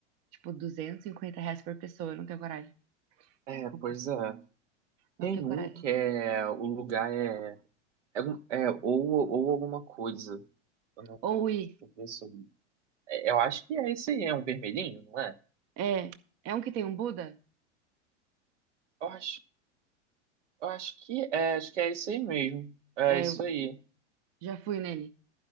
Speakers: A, on the right; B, on the right.
A: tipo, 250 reais por pessoa. Eu não tenho coragem.
B: É,
A: Desculpa,
B: pois é.
A: não
B: Tem
A: tenho coragem.
B: um que é. O lugar é. É, um- é ou, ou alguma coisa. Eu não-
A: Ou
B: Deixa
A: ir.
B: eu ver se eu. é, Eu acho que é esse aí, é um vermelhinho, não é?
A: É, é um que tem um Buda?
B: Eu acho, eu acho que é, acho que é isso aí mesmo. É
A: É,
B: isso
A: eu
B: aí.
A: já fui nele.